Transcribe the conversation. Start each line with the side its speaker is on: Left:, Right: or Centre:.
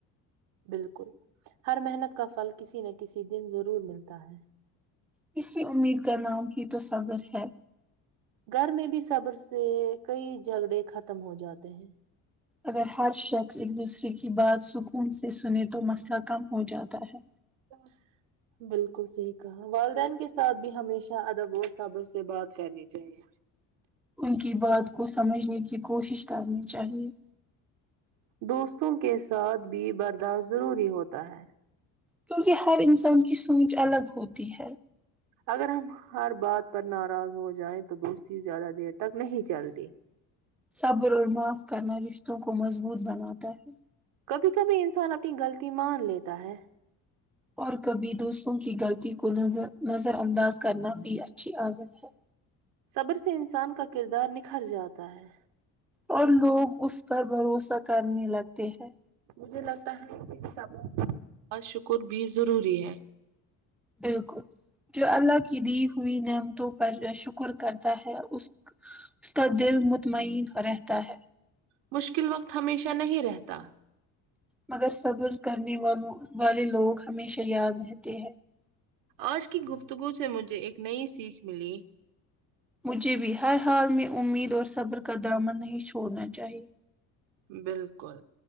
Right: بالکل ہر محنت کا فھل کسی نہ کسی دن ضرور ملتا ہے
Centre: کسی امید کا نام ہی تو صبر ہے
Right: گھر میں بھی صبر سے کئی جھگڑے ختم ہو جاتے ہیں
Centre: اگر ہر شخص ایک دوسرے کی بات سکون سے سن تو مسئلہ کم ہو جاتا ہے
Right: تو بالکل صحیح کہا والدین کے ساتھ بھی ہمیشہ ادب و صبر سے بات کرنی چاہیے
Centre: ان کی بات کو سمجھنے کی کوشش کرنی چاہیے
Right: دوستوں کے ساتھ بھی برداشت ضروری ہوتا ہے
Centre: کیونکہ ہر انسان کی سوچ الگ ہوتی ہے
Right: اگر ہم ہر بات پر ناراض ہو جائیں تو دوستی زیادہ دیر تک نہیں چلتی
Centre: صبر اور معاف کرنا رشتوں کو مضبوط بناتا ہے
Right: کبھی کبھی انسان اپنی غلطی مان لیتا ہے
Centre: اور کبھی دوسروں کی غلطی کو نظر نظر انداز کرنا بھی اچھی عادت ہے
Right: صبر سے انسان کا کردار نکھر جاتا ہے
Centre: اور لوگ اس پر بھروسہ کرنے لگتے ہیں
Right: مجھے لگتا ہے کہ کب کا شکر بھی ضروری ہے
Centre: بالکل جو اللہ کی دی ہوئی نعمتوں پر شکر کرتا ہے اس اس کا دل مطمئن رہتا ہے
Right: مشکل وقت ہمیشہ نہیں رہتا
Centre: مگر صبر کرنے والوں والے لوگ ہمیشہ یاد رہتے ہیں
Right: آج کی گفتگو سے مجھے ایک نئی سیکھ ملی
Centre: مجھے بھی ہر حال میں امید اور صبر کا دامن نہیں چھوڑنا چاہیے
Right: بالکل